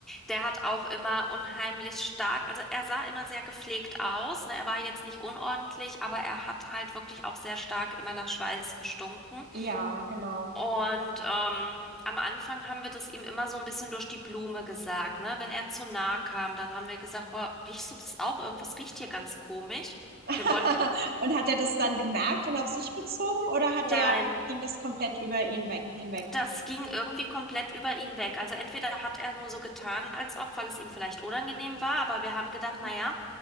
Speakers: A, in the centre; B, on the right.
A: der hat auch immer unheimlich stark, also er sah immer sehr gepflegt aus, ne? Er war jetzt nicht unordentlich, aber er hat halt wirklich auch sehr stark immer nach Schweiß gestunken.
B: Ja, genau.
A: Und ähm, am Anfang haben wir das ihm immer so ein bisschen durch die Blume gesagt, ne? Wenn er zu nah kam, dann haben wir gesagt, boah, riechst du das auch? Irgendwas riecht hier ganz komisch.
B: <laughs>
A: Wir wollten
B: Und hat er das dann gemerkt und auf sich bezogen oder hat
A: Nein,
B: er, ging das komplett über ihn weg, hinweg?
A: Das ging irgendwie komplett über ihn weg. Also entweder hat er nur so getan, als ob, weil es ihm vielleicht unangenehm war, aber wir haben gedacht, na
B: Hm.
A: ja,